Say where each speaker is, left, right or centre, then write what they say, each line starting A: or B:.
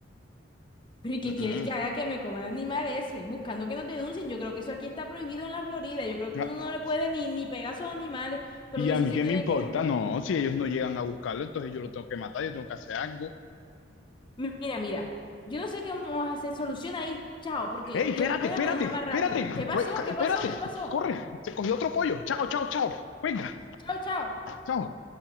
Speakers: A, on the left; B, on the left.
A: Pero ¿y qué
B: mm,
A: quieres que haga que me coma el animal ese? Buscando que nos denuncien. Yo creo que eso aquí está prohibido en la Florida. Yo creo que
B: mm.
A: uno no le puede ni, ni pegar a esos animales, pero
B: Y
A: uno
B: a
A: sí
B: mí
A: se
B: qué
A: tiene
B: me importa,
A: que dejar.
B: no, si ellos no llegan a buscarlo, entonces yo lo tengo que matar, yo tengo que hacer algo.
A: Mi- Mira, mira, yo no sé qué vamos a hacer. Solución ahí, chao, porque
B: ¡Ey, espérate,
A: yo voy
B: espérate,
A: a manejar más
B: espérate!
A: rápido. ¿Qué pasó?
B: Ue- ca-
A: ¿Qué
B: Espérate,
A: pasó? ¿Qué pasó?
B: corre, se cogió otro pollo. Chao, chao, chao. Venga,
A: Chao, chao.
B: chao.